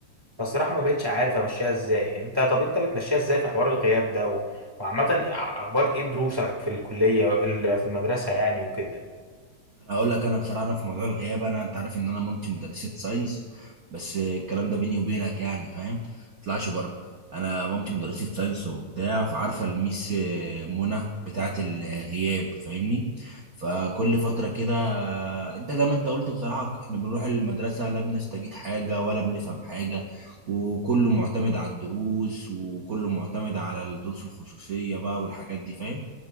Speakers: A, on the right (about 35°); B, on the right (about 70°).
A: فالصراحة ما بقتش عارف امشيها ازاي انت طب انت بتمشيها ازاي في حوار الغياب ده و... وعامة اخبار ايه دروسك في الكلية في ال- في المدرسة يعني وكده
B: انا هقول لك انا بصراحه أنا في موضوع الغياب انا انت عارف ان انا مامتي مدرسه ساينس بس الكلام ده بيني وبينك يعني فاهم ما تطلعش بره انا مامتي مدرسه ساينس وبتاع فعارفه الميس آه، منى بتاعه الغياب فاهمني فكل فتره كده آه، انت زي ما انت قلت بصراحه احنا بنروح المدرسه لا بنستفيد حاجه ولا بنفهم حاجه وكله معتمد على الدروس وكله معتمد على الدروس الخصوصيه بقى والحاجات دي فاهم